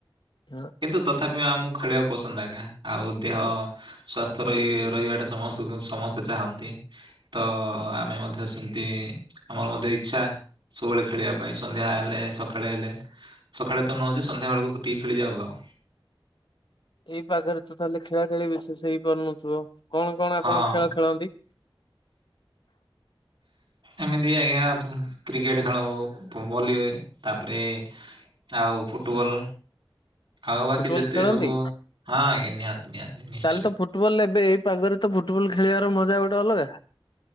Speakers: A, on the left; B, on the right.
A: ହଁ।
B: କିନ୍ତୁ ତଥାପି ଆମକୁ ଖେଳିବାକୁ ପସନ୍ଦ ଆଜ୍ଞା। ଆଉ ଦେହ ସ୍ଵାସ୍ଥ୍ୟ ରହି- ରହିବାଟା ସମସ୍ତଙ୍କୁ ସମସ୍ତେ ଚାହାନ୍ତି। ତ ଆମେ ମଧ୍ୟ ସେମିତି ଆମର ମଧ୍ୟ ଇଛା। ସବୁବେଳେ ଖେଳିବା ପାଇଁ ସନ୍ଧ୍ୟା ହେଲେ ସକାଳେ ହେଲେ ସକାଳେ ତ ନଉଛି ସନ୍ଧ୍ୟା ବେଳକୁ ଟିକେ ଖେଳିଯାଉ ଆଉ।
A: ଏଇ ପାଗରେ ତ ତାହେଲେ ଖେଳା ଖେଳି ବିଶେଷ ହେଇପାରୁନଥିବ? କଣ କଣ
B: ହଁ
A: ଆପଣ ଖେଳ ଖେଳନ୍ତି?
B: ଏମିତି ଆଜ୍ଞା କ୍ରିକେଟ ଖେଳ ହ ଭଲି ହୁଏ ତାପରେ ଆଉ ଫୁଟବଲ ଆଉ ବାକି
A: ଫୁଟବଲ
B: ଯେତେ
A: ଖେଳନ୍ତି
B: ସବୁ ହଁ ଆଜ୍ଞ ନିହାତି ନିହାତି, ନିହାତି।
A: ତାହେଲେ ତ ଫୁଟବଲ ଏବେ ଏଇ ପାଗରେ ତ ଫୁଟବଲ ଖେଳିବାର ମଜା ଗୋଟେ ଅଲଗା?